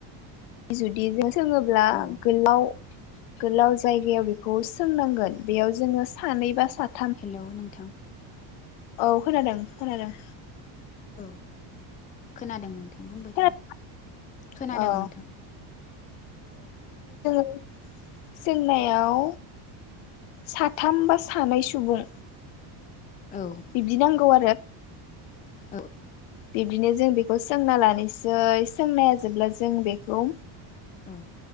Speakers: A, on the left (about 75°); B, on the left (about 15°).
A: जुदि जो सोङोब्ला
B: औ
A: गोलाव गोलाव जायगायाव बेखौ सोंनांगोन बेयाव जोङो सानैबा साथ
B: हेलौ नोंथां ।
A: औ खोनादों खोनादों
B: औ खोनादों नोंथां बुंबाय
A: खोनादों
B: था खोनादों
A: औ
B: नोंथां
A: जोंनायाव साथाम बा सानै सुबुं
B: औ
A: बिब्दि नांगौ आरो
B: औ
A: बिदिनो जों बेखौ सोंना लानोसै सोंनाया जोबब्ला जों बेखौ
B: औ